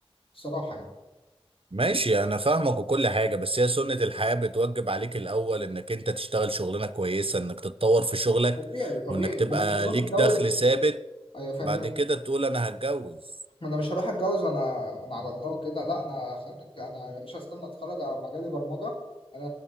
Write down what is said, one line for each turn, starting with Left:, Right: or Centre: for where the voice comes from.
Left: بصراحة يعني
Right: ماشي انا فاهمك وكل حاجة بس هي سنة الحياة بتوجب عليك الاول انك انت تشتغل شغلانة كويسة انك تتطور في شغلك
Left: طبيعي طبيعي
Right: وانك تبقى
Left: ما أنا مش هروح
Right: ليك
Left: أتجوز
Right: دخل ثابت
Left: أيوة فاهم
Right: بعد
Left: أنا
Right: كده تقول انا هتجوز
Left: ما انا مش هروح اتجوز وانا وانا على الله كده لا انا خارج انا يا باشا استنى اتخرج على مجالي برمجه انا